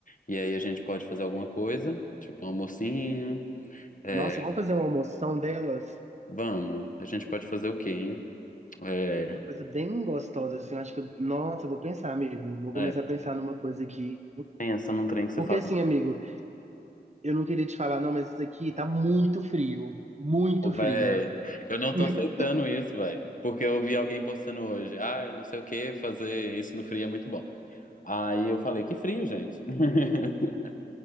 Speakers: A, on the left; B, on the right.
A: E aí a gente pode fazer alguma coisa, tipo um almocinho. É,
B: Nossa, vamos fazer uma almoção delas,
A: vamos. A gente pode fazer o quê, hein? É,
B: uma coisa bem gostosa, assim. eu Acho que, eu- nossa, eu vou pensar, amigo. Vou começar
A: é,
B: a pensar numa coisa aqui.
A: pensa num trem que você
B: Porque
A: faz.
B: assim, amigo, eu não queria te falar, não, mas isso aqui tá muito frio, muito
A: Ô, véi,
B: frio.
A: eu não
B: <laughs>
A: tô aceitando isso, véi. Porque eu vi alguém postando hoje. Ah, não sei o que, fazer isso no frio é muito bom. Aí eu falei, que frio, gente. <laughs>